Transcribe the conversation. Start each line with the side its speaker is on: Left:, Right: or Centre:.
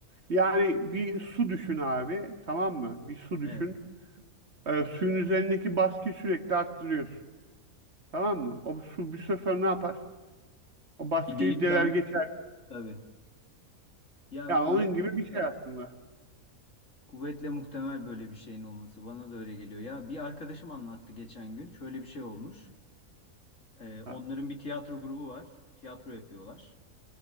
Right: yani bir su düşün abi tamam mı bir su düşün
Left: Evet.
Right: E, suyun üzerindeki baskıyı sürekli arttırıyorsun tamam mı o su bir süre sonra ne yapar o baskıyı
Left: Bir delikten
Right: deler geçer
Left: tabii. Ya
Right: yani
Left: kuvvetle
Right: onun gibi
Left: muhtemel.
Right: bir şey aslında.
Left: Kuvvetle muhtemel böyle bir şeyin olması. Bana da öyle geliyor. Ya bir arkadaşım anlattı geçen gün. Şöyle bir şey olmuş. Ee, onların
Right: Ha.
Left: bir tiyatro grubu var. Tiyatro yapıyorlar.